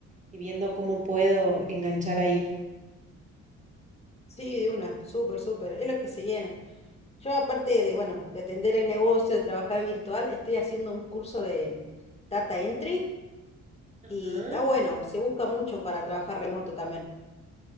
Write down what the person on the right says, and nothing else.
y viendo cómo puedo enganchar ahí.
Ajá,